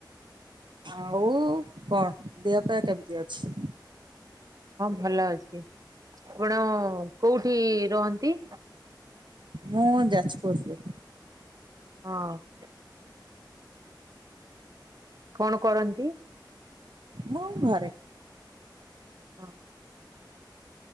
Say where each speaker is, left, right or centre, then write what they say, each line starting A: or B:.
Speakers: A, on the right; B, on the right.
A: ଆଉ କଣ ଦେହପା କେମିତି ଅଛି?
B: ହଁ ଭଲ ଅଛି ଆପଣ କୋଉଠି ରହନ୍ତି?
A: ମୁଁ ଯାଜପୁରରେ।
B: ହଁ। କଣ କରନ୍ତି?
A: ମୁଁ ଘରେ।
B: ହଁ।